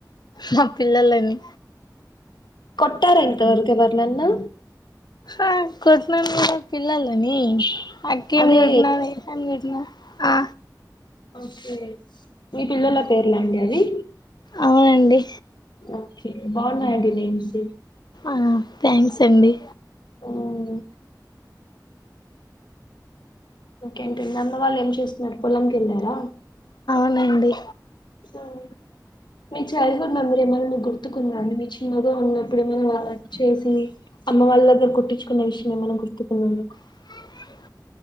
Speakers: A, on the left (about 70°); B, on the left (about 85°).
A: నా పిల్లలని
B: కొట్టార ఇంతవరకు ఎవరినన్నా
A: ఆ కొట్టినాను కదా. పిల్లలని అక్కమి
B: అదే
A: కుంటటిన ఏమి కోట్టినా ఆ
B: ఓకే మీ పిల్లల పేర్లా అండి అవి
A: అవునండి
B: ఓకే బాగున్నాయండి నేమ్స్
A: ఆ థ్యాంక్స్ అండి.
B: ఉమ్, ఓకేంటంది అమ్మ వాళ్ళు ఏం చేస్తున్నారు పొలంకి వెళ్ళారా.
A: అండి.
B: ఆ మీ చైల్డ్హుడ్ మెమరీ ఏమైనా మీకు గుర్తుకుందా అండి మీ చిన్నగా ఉన్నప్పుడు ఏమైనా వాళ్ళ చేసి అమ్మ వాళ్ళ దగ్గర కోట్టించుకునే విషయమేమన్న గుర్తుకు ఉన్నదా
A: అ